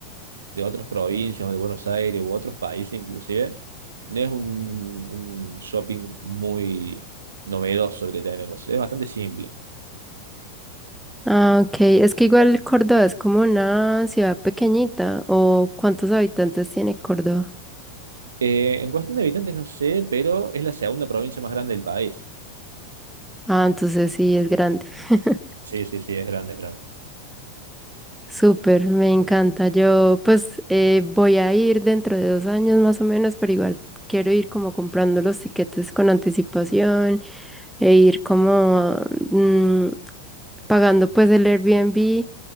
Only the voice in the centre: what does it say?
Ah, ok. Es que igual Córdoba es como una ciudad pequeñita. ¿O cuántos habitantes tiene Córdoba?
Ah, entonces sí, es grande. <laughs>
Súper, me encanta. Yo pues eh, voy a ir dentro de dos años más o menos, pero igual quiero ir como comprando los tiquetes con anticipación e ir como, mm, pagando pues el Airbnb